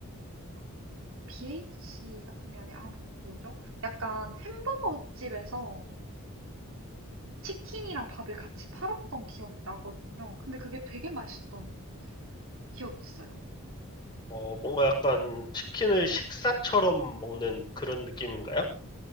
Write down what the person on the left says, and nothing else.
어 뭔가 약간 치킨을 식사처럼 먹는 그런 느낌인가요?